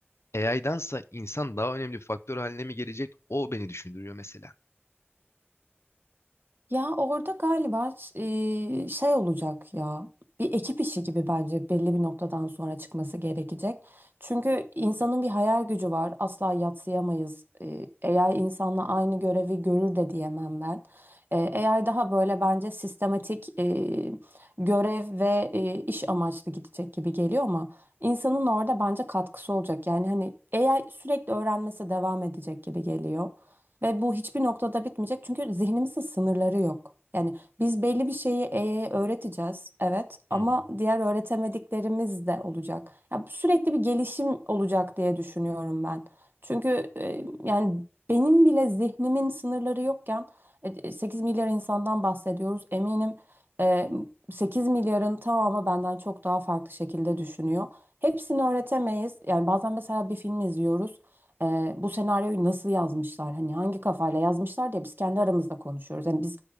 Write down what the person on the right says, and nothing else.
Ya orada galiba e, şey olacak ya. Bir ekip işi gibi bence belli bir noktadan sonra çıkması gerekecek. Çünkü insanın bir hayal gücü var. Asla yadsıyamayız. E, AI insanla aynı görevi görür de diyemem ben. E, AI daha böyle bence sistematik e, görev ve e, iş amaçlı gidecek gibi geliyor ama insanın orada bence katkısı olacak. Yani hani AI sürekli öğrenmesi devam edecek gibi geliyor. Ve bu hiçbir noktada bitmeyecek çünkü zihnimizin sınırları yok. Yani biz belli bir şeyi AI'ye öğreteceğiz, evet ama
diğer öğretemediklerimiz de olacak. Ya sürekli bir gelişim olacak diye düşünüyorum ben. Çünkü e, yani benim bile zihnimin sınırları yokken e, 8 milyar insandan bahsediyoruz. Eminim e, 8 milyarın tamamı benden çok daha farklı şekilde düşünüyor. Hepsini öğretemeyiz. Yani bazen mesela bir film izliyoruz e, bu senaryoyu nasıl yazmışlar hani hangi kafayla yazmışlar diye biz kendi aramızda konuşuyoruz. Yani biz